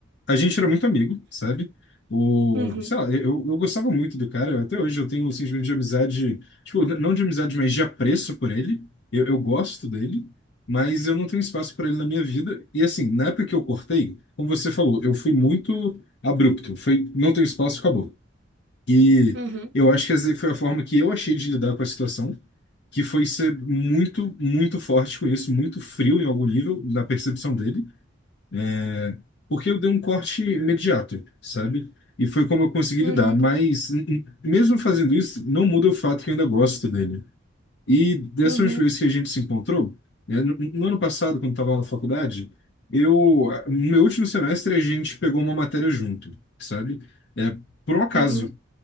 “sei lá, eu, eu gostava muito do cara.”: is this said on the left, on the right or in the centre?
Left